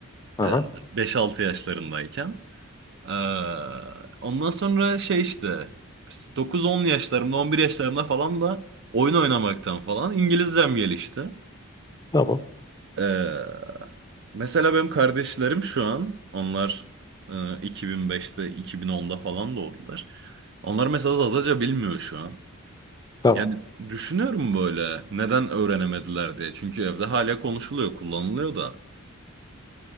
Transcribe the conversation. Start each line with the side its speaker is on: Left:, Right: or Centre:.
Left: Aha.
Right: Ee, 5-6 yaşlarındayken. Ee, ondan sonra şey işte dokuz on yaşlarımda 11 yaşlarımda falan da oyun oynamaktan falan İngilizcem gelişti.
Left: Tamam.
Right: Ee, mesela benim kardeşlerim şu an onlar e, 2005'te 2010'da falan doğdular. Onlar mesela Zazaca bilmiyor şu an.
Left: Tamam.
Right: Yani düşünüyorum böyle neden öğrenemediler diye. Çünkü evde hala konuşuluyor, kullanılıyor da.